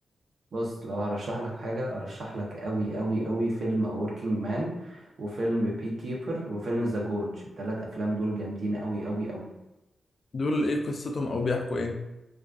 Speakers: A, on the right (about 60°); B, on the left (about 50°).
A: بص لو هرشح لك حاجة هرشح لك قوي قوي قوي فيلم A Working Man وفيلم بي كيبر وفيلم ذا جورج التلات أفلام دول جامدين قوي قوي قوي
B: دول إيه قصتهم أو بيحكوا إيه؟